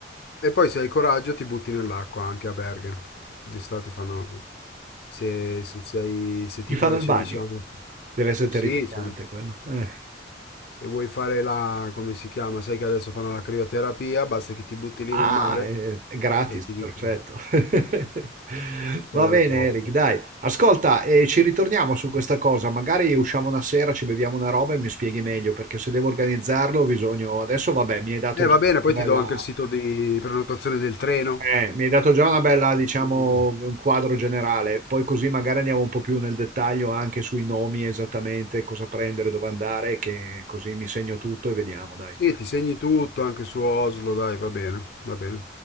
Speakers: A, on the left; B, on the right.
A: E poi se hai coraggio ti butti nell'acqua anche a Bergen. D'estate fanno... Se, se sei- se ti
B: Gli fanno
A: piace,
B: il bagno.
A: diciamo...
B: Dev'essere
A: Sì,
B: terrificante
A: se,
B: quello, eh.
A: se vuoi fare la... come si chiama? Sai che adesso fanno la crioterapia, basta che ti butti lì
B: Ah,
A: nel mare
B: ehm, è gratis,
A: e ti dico
B: perfetto. <laughs> Va
A: sei al
B: bene
A: top.
B: Eric, dai. Ascolta, ehm, ci ritorniamo su questa cosa, magari usciamo una sera, ci beviamo una roba e mi spieghi meglio, perché se devo organizzarlo ho bisogno adesso vabbè, mi hai dato
A: Eh,
B: già
A: va bene, poi
B: una
A: ti
B: bella
A: do anche il sito di prenotazione del treno.
B: Eh, mi hai dato già una bella, diciamo,
A: Mm.
B: un quadro generale, poi così magari andiamo un po' più nel dettaglio anche sui nomi esattamente, cosa prendere, dove andare, che così mi segno tutto e vediamo, dai.
A: Sì, ti segni tutto anche su Oslo, dai, va bene, va bene.